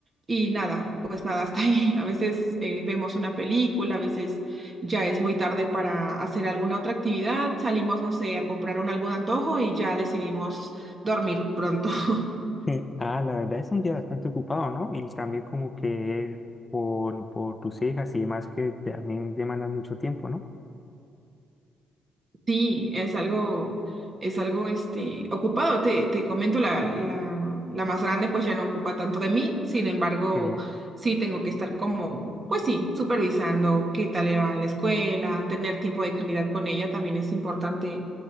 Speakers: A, on the right; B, on the left.
A: y nada, pues nada, hasta ahí. <laughs> A veces eh, vemos una película, a veces ya es muy tarde para hacer alguna otra actividad, salimos, no sé, a comprar un algún antojo y ya decidimos dormir pronto. <laughs>
B: Eh, Ah, la verdad es un día bastante ocupado, ¿no? Y también como que es por, por tus hijas y demás que también demandan mucho tiempo, ¿no?
A: Sí, es algo, es algo este, ocupado. Te, te comento, la, la, la más grande pues ya no ocupa tanto de mí, sin embargo,
B: Sí,
A: sí tengo que estar como, pues sí, supervisando qué tal le va en la escuela, tener tiempo de calidad con ella también es importante